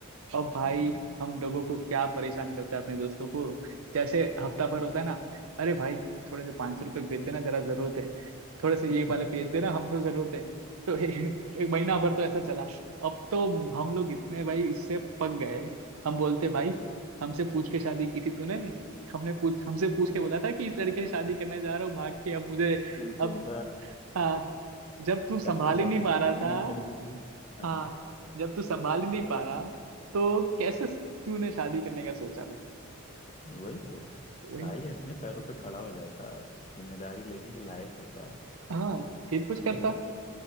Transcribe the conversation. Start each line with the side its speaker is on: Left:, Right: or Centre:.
Right: अब भाई
Left: हम्म
Right: हम लोगों को क्या परेशान करते हैं अपने दोस्तों को जैसे हफ्ता भर होता है ना अरे भाई थोड़े से पाँच सौ रुपये भेज देना जरा जरूरत है थोड़े से
Left: <laughs>
Right: ये वाले भेज देना हमको जरूरत है तो ए- एक महीना भर तो ऐसा चला अब तो हम लोग इतने भाई इससे पक गए हम बोलते भाई हमसे पूछ के शादी की थी तूने हमने पूछ हमसे पूछ के बोला था कि इस लड़के से शादी करने जा रहा हूँ भाग के अब मुझे
Left: बिल्कुल
Right: अब हाँ जब तू संभाल
Left: तब तो साले
Right: ही नहीं पा
Left: भागने
Right: रहा था
Left: की जल्दी थी हाँ
Right: हाँ जब तू संभाल ही नहीं पा रहा तो कैसे तूने शादी करने का सोचा भाई
Left: वही तो
Right: तो वही
Left: भाई अपने पैरों पे खड़ा हो जाता जिम्मेदारी लेने के लायक होता
Right: हाँ फिर कुछ
Left: ये
Right: करता
Left: बस